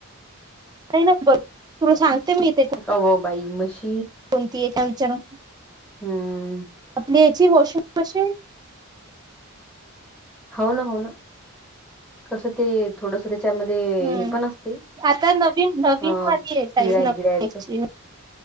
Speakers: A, on the right; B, in the centre.
A: नाही ना बघ तुला सांगते मी ते
B: <unintelligible> बाई मशी
A: कोणती एका विचारा
B: हम्म
A: आपली याची वॉशिंग मशीन
B: हो ना, हो ना कसं ते थोडस त्याच्यामध्ये
A: हम्म
B: हे पण असते
A: आता नवीन नवीन
B: अ
A: वाली येत
B: पिळाय
A: आहे ताई नवीन
B: गिळायचं
A: ची